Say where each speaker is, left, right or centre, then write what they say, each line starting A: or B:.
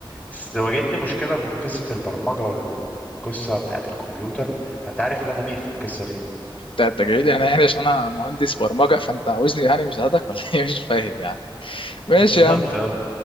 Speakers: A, on the left; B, on the left.
A: بس واجهتني مشكلة من قصة البرمجة والقصة بتاعة الكمبيوتر فأنت عارف إن أنا ميه في القصة دي
B: انت انت جاي لي انا يعني عشان انا مهندس برمجه فانت عاوزني يعني مش هادك ولا ايه <laughs> مش فاهم يعني ماشي
A: <laughs> بالظبط
B: يا عم
A: اه